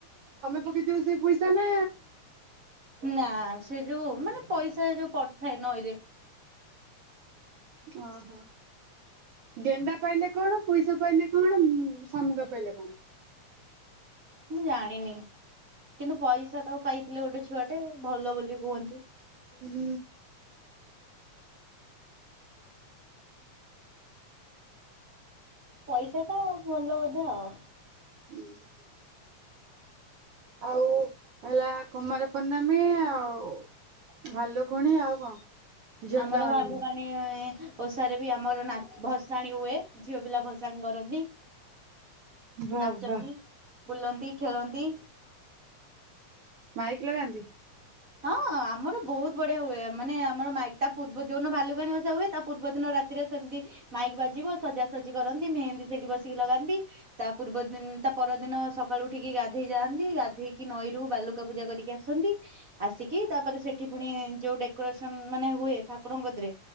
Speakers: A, on the right (about 65°); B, on the right (about 50°).
A: ପକେଇଥିବେ ସେ ପଇସା ନା
B: ନା ସେ ଯୋଉ ମାନେ ପଇସା ଯୋଉ ପଡିଥାଏ ନଇଁରେ
A: ଓ ହୋ। ଗେଣ୍ଡା ପାଇଲେ କଣ ପଇସା ପାଇଲେ କଣ ଶାମୁଙ୍ଗ ପାଇଲେ କଣ?
B: ମୁଁ ଜାଣିନି। କିନ୍ତୁ ପଇସା ତ ପାଇଥିଲେ ଗୋଟେ ଛୁଆଟେ ଭଲ ବୋଲି କୁହନ୍ତି।
A: ହୁଁ।
B: ପଇସା ଟା ଭଲ ବୋଧେ ଆଉ।
A: ହୁଁ <inaudible> ଆଉ ହେଲା କୁମାର ପୂର୍ଣମୀ ଆଉ ଭାଲୁକୁଣୀ ଆଉ କଣ? ଝିଅ
B: ଆମର
A: ପିଲାମାନଙ୍କୁ
B: ଭାଲୁକାଣୀ ଓଷାରେ ବି ଆମର ନାକ୍ ଭସାଣିୀ ହୁଏ ଝିଅ ପିଲା ଭସାଣି କରନ୍ତି।
A: ବାଃ
B: ନାଚନ୍ତି
A: ବାଃ।
B: ବୁଲନ୍ତି ଖେଳନ୍ତି।
A: ମାଇକି ଲଗାନ୍ତି?
B: ହଁ ଆମର ବହୁତ ବଢିଆ ହୁଏ। ମାନେ ଆମର ମାଇକି ତା ପୂର୍ବ ଯୋଉଦିନ ଭାଲୁକାଣୀ ଓଷା ହୁଏ ତା ପୂର୍ବ ଦିନ ରାତିରେ ସେମିତି ମାଇକି ବାଜିବ ସଜାସଜି କରନ୍ତି ମେହେନ୍ଦୀ ସେଠି ବସିକି ଲଗାନ୍ତି ତା ପୂର୍ବ ଦିନ ତା ପରଦିନ ସକାଳୁ ଉଠିକି ଗାଧେଇ ଯାଆନ୍ତି। ଗାଧେଇକି ନଈରୁ ବାଲୁକା ପୂଜା କରିକି ଆସନ୍ତି। ଆସିକି ତାପରେ ସେଠି ପୁଣି ଯୋଉ ଡେକୋରେସନ ମାନେ ହୁଏ। ଠାକୁରଙ୍କଗଦିରେ